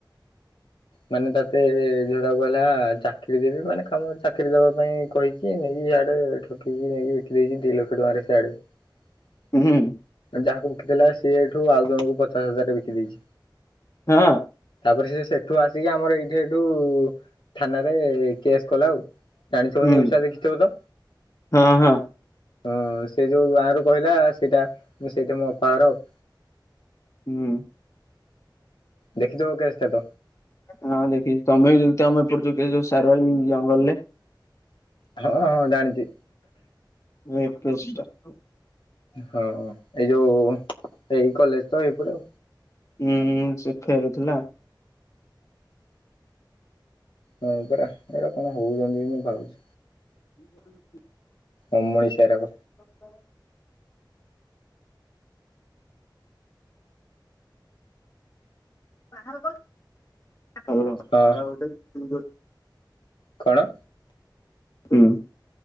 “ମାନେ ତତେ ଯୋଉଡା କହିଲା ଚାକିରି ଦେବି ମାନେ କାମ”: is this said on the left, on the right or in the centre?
Left